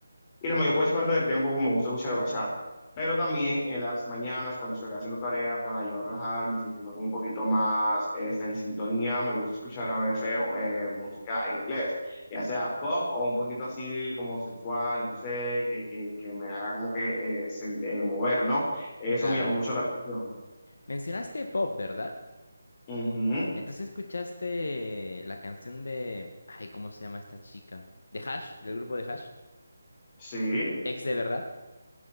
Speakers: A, on the left; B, on the left.
A: Y la mayor pues, parte del tiempo pues, me gusta escuchar bachata. Pero también en las mañanas, cuando estoy haciendo tarea, para yo relajarme y sentirme como un poquito más esta, en sintonía, me gusta escuchar a veces eh, música en inglés, ya sea pop o un poquito así como sensual, no sé, que, que, que me haga como que eh, sen- eh, mover, ¿no? Eso
B: Clara.
A: me llama mucho la atención.
B: Mencionaste pop, ¿verdad?
A: Ujú,
B: Entonces escuchaste la canción de... Ay, ¿cómo se llama esta chica? De Hash, del grupo de Hash.
A: Sí,
B: Ex de verdad.